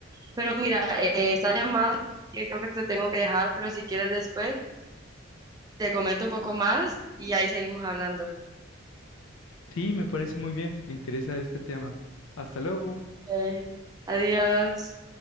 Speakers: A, on the right (about 20°); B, on the left (about 75°).
A: Pero mira, eh, está llamando, y creo que te tengo que dejar, pero si quieres después, te comento un poco más y ahí seguimos hablando.
B: Sí, me parece muy bien. Me interesa este tema. Hasta luego.
A: Ok. Adiós.